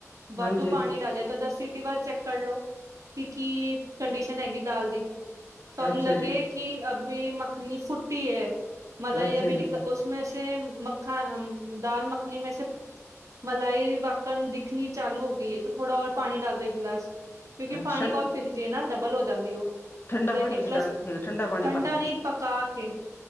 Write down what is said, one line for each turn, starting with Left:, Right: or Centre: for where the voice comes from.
Right: ਵਾਧੂ
Left: ਹਾਂਜੀ
Right: ਪਾਣੀ ਡਾਲਿਆ ਤਾਂ ਦਸ ਸੀਟੀ ਬਾਦ ਚੈੱਕ ਕਰਲੋ, ਕਿ ਕੀ ਕੰਡੀਸ਼ਨ ਹੈਗੀ ਦਾਲ ਦੀ ਤੁਹਾਨੂੰ
Left: ਅੱਛਾ
Right: ਲੱਗੇ
Left: ਜੀ
Right: ਕਿ ਅਭੀ ਮੱਖਣੀ ਫੁੱਟੀ ਏ, ਮਲਾਈ
Left: ਅੱਛਾ
Right: ਅਪ
Left: ਜੀ
Right: ਉਸ ਮੇਸੇ ਮੱਖਨ ਹੰਮ, ਦਾਲ ਮੱਖਣੀ ਮੇ ਸੇ ਮਲਾਈ ਵਾਕਣ ਦਿਖਣੀ ਚਾਲੂ ਹੋ ਗਈ ਏ ਤਾਂ ਥੋੜਾ ਹੋਰ ਪਾਣੀ ਡਾਲ ਦੋ ਇੱਕ ਗਲਾਸ। ਕਿਉਂਕਿ
Left: ਅੱਛਾ
Right: ਪਾਣੀ ਬਹੁਤ ਪੀਂਦੀ ਏ ਨਾ, ਡਬਲ ਹੋ ਜਾਂਦੀ ਉਹ
Left: ਠੰਡਾ
Right: ਤੇ
Left: ਪਾਣੀ
Right: ਇਕ
Left: ਵਿੱਚ
Right: ਗਲਾਸ
Left: ਡਾਲ ਪਾਣੀ
Right: ਠੰਡਾ
Left: ਭਰਨਾ
Right: ਨਹੀਂ, ਪਕਾ ਕੇ